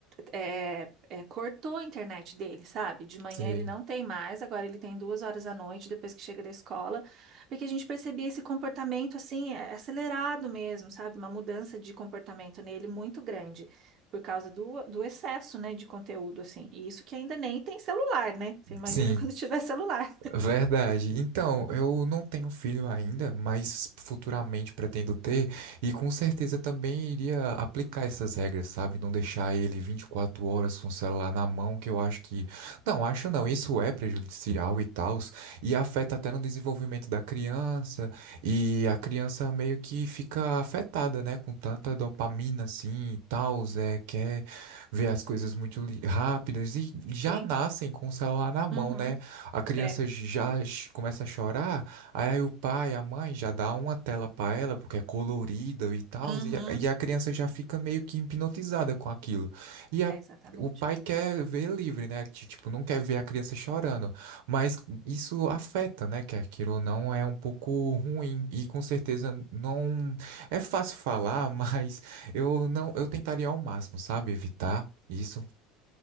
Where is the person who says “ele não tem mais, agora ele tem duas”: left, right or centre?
Right